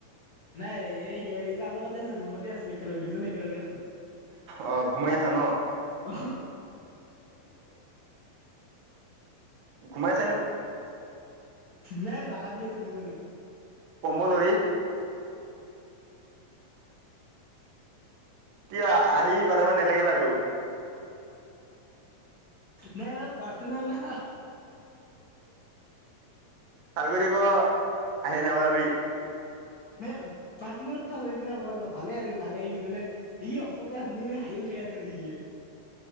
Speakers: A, on the left; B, on the right.
A: নাই এই সেই তাৰ লগতে আছো ৰুমতে আছো একেলগে দুজনে একেলগে আছো
B: অ ঘুমাই আছা ন?
A: অ
B: ঘোমাই
A: নাই বাগাত দি আছো দুজনে
B: কম্ব নৰিী এতিয়া আহি বাৰাব নালাগে বাৰু
A: নাই ন পাৰ্চনেল আ
B: ভাল কৰি ক আহি ন বাবি
A: ন পাৰ্চনেল কথা হৈ আছ না মোৰ ভালে ভাল লাগি আছ নে সি অচতে শুনি শুনি হাঁহি উঠাই আছে আৰু সি